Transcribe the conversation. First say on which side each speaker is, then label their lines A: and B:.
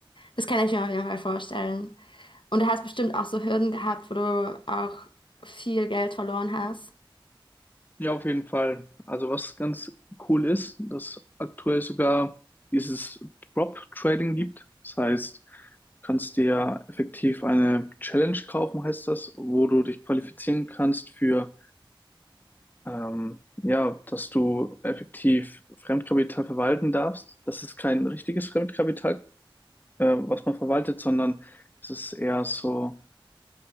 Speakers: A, on the left; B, on the left.
A: Das kann ich mir auf jeden Fall vorstellen. Und du hast bestimmt auch so Hürden gehabt, wo du auch viel Geld verloren hast.
B: Ja, auf jeden Fall. Also was ganz cool ist, dass aktuell sogar dieses Prop-Trading gibt. Das heißt, du kannst dir ja effektiv eine Challenge kaufen, heißt das, wo du dich qualifizieren kannst für, ähm, ja, dass du effektiv Fremdkapital verwalten darfst. Das ist kein richtiges Fremdkapital, äh, was man verwaltet, sondern es ist eher so